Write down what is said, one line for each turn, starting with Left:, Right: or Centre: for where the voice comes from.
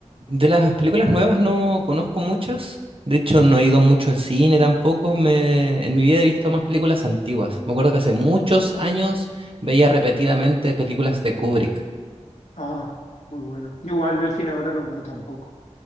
Right: De las películas nuevas no conozco muchas. De hecho, no he ido mucho al cine tampoco. Me... En mi vida he visto más películas antiguas. Me acuerdo que hace muchos años veía repetidamente películas de Kubrick.
Left: Ah, muy bueno. Igual del cine ahora no voy tampoco.